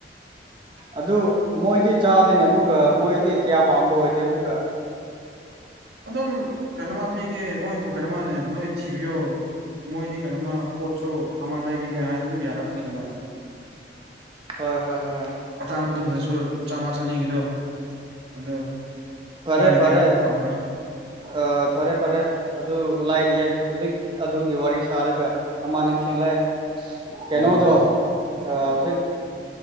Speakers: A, on the right; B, on the right.
A: ꯑꯗꯨ ꯃꯣꯏꯗꯤ ꯆꯥꯗꯦꯅꯦ ꯑꯃꯨꯛꯀ ꯃꯣꯏꯗꯤ꯫ ꯀꯌꯥ ꯄꯥꯝꯕ ꯑꯣꯏꯗꯦ ꯑꯃꯨꯀꯥ꯫
B: ꯑꯗꯨꯝ ꯀꯩꯅꯣꯃ ꯄꯤꯒꯦ ꯃꯣꯏꯕꯨ ꯀꯩꯅꯣꯃꯅꯦ ꯅꯣꯏ ꯊꯤꯕꯤꯌꯣ꯫ ꯃꯣꯏꯗꯤ ꯀꯩꯅꯣꯃ ꯄꯣꯠꯁꯨ ꯑꯃ ꯂꯩꯕꯤꯒꯦ ꯍꯥꯏꯔ ꯑꯗꯨꯝ ꯌꯥꯔꯛꯀꯅꯤ ꯀꯩꯅꯣ꯫
A: ꯍꯣꯏ ꯍꯣꯏ ꯍꯣꯏ꯫
B: ꯑꯇꯥꯡꯕꯗꯨ ꯗꯁꯨ ꯆꯥꯝꯃ ꯆꯅꯤꯒꯤꯗꯨ ꯑꯗꯨ꯫
A: ꯐꯔꯦ
B: ꯃꯣꯏꯅ
A: ꯐꯔꯦ
B: ꯀꯌꯥꯃꯨꯛ ꯐꯪꯕ꯭ꯔꯥ
A: ꯑ ꯐꯔꯦ ꯐꯔꯦ꯫ ꯑꯗꯨ ꯂꯥꯏꯔꯤꯌꯦ ꯍꯨꯖꯤꯛ ꯑꯗꯨꯒꯤ ꯋꯥꯔꯤ ꯁꯥꯔꯒ ꯑꯃ ꯅꯤꯡꯁꯤꯡꯂꯑꯦ꯫ ꯀꯦꯅꯣꯗꯣ꯫
B: ꯀꯩꯅꯣ
A: ꯍꯧꯖꯤꯛ